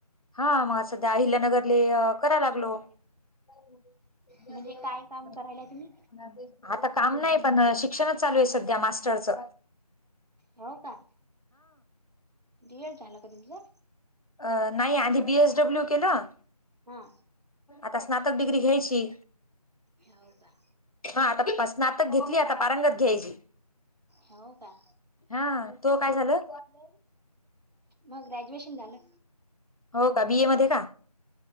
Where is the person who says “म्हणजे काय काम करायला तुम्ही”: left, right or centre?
Right